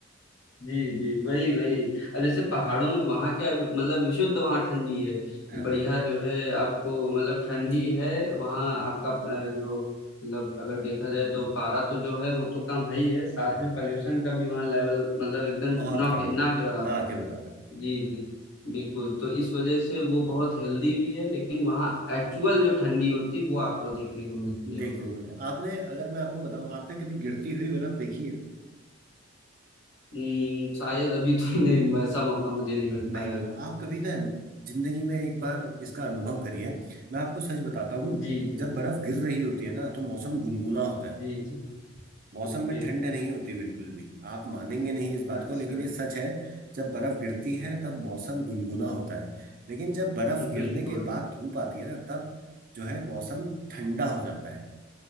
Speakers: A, on the left; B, on the right.
A: जी जी वही वही अब जैसे पहाड़ों में वहां क्या मतलब विशुद्ध वहां ठंडी है कि
B: हाँ
A: बढ़िया जो है आपको मतलब ठंडी है वहां आपका अ, जो मतलब अगर देखा जाए तो पारा तो जो है वो तो कम है ही है साथ
B: हाँ।
A: में पॉल्यूशन का भी वहाँ लेवल मतलब एकदम
B: बहुत
A: ना
B: कम
A: के
B: है
A: ना के बराबर
B: ना के
A: है
B: बराबर
A: जी जी बिल्कुल तो इस वजह से वो बहुत हेल्दी भी है लेकिन वहाँ एक्चुअल जो ठंडी होती है वो आपको देखने को मिलती है
B: देखने
A: वहाँ
B: को मिले आपने अगर मैं आपको बताऊं आपने कभी गिरती हुई बर्फ देखी है
A: हम्म, शायद अभी तो नहीं वैसा मौका मुझे नहीं मिल
B: नहीं
A: पाया
B: मिला आप कभी ना जिंदगी में एक बार इसका अनुभव करिए मैं आपको सच बताता हूँ
A: जी जी
B: जब बर्फ गिर रही होती है ना तो मौसम गुनगुना होता है
A: जी जी
B: मौसम
A: ओके
B: में ठंड नहीं होती बिल्कुल भी आप मानेंगे नहीं इस बात
A: अच्छा
B: को लेकिन ये सच है जब बर्फ गिरती है तब मौसम गुनगुना होता है लेकिन जब बर्फ
A: बिल्कुल
B: गिरने के बाद धूप आती है ना तब जो है मौसम ठंडा हो जाता है